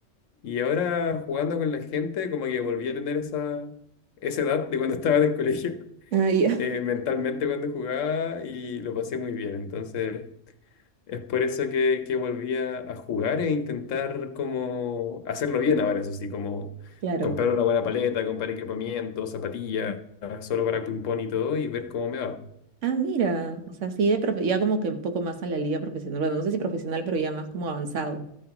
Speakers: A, on the left; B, on the right.
A: Y ahora jugando con la gente, como que volví a tener esa, esa edad de cuando <laughs> estaba en el colegio,
B: Ah, ya.
A: eh,
B: <laughs>
A: mentalmente cuando jugaba y lo pasé muy bien. Entonces es por eso que, que volví a, a jugar e intentar como hacerlo bien ahora, eso sí, como
B: Claro.
A: comprar una buena paleta, comprar equipamiento, zapatillas, solo para ping-pong y todo y ver cómo me va.
B: Ah, mira, o sea, sí, de profe- ya como que un poco más a la liga profesional, bueno, no sé si profesional, pero ya más como avanzado,